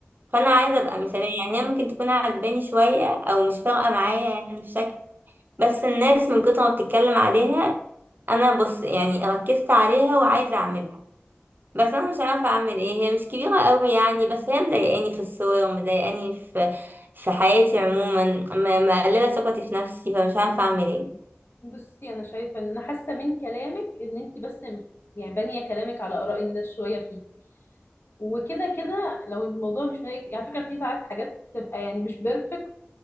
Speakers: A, on the right; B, on the left.
A: فانا عايزه ابقى مثاليه يعني هي ممكن تكون عجباني شويه او مش فارقه معايا يعني في شكل بس الناس من كتر ما بتتكلم عليها انا بص يعني ركزت عليها وعايزه اعملها بس انا مش عارفه اعمل ايه هي مش كبيره قوي يعني بس هي مضايقاني في الصور ومضايقاني في في حياتي عموما م- مقلله ثقتي في نفسي فمش عارفه اعمل ايه
B: بصي انا شايفه ان حاسه من كلامك ان انت بس م- يعني بانيه كلامك على اراء الناس شويه فيه وكده كده لو الموضوع مش مضايقك يعني على فكره في ساعات حاجات بتبقى يعني مش بيرفكت